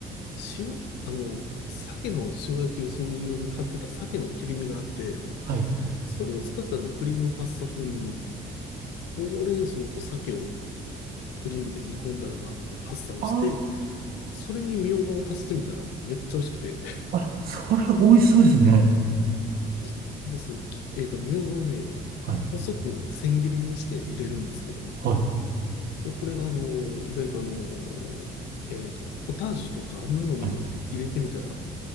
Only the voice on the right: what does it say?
はい。
あ
あ、あ、それ美味しそうですね。
はい、
はい、
はい。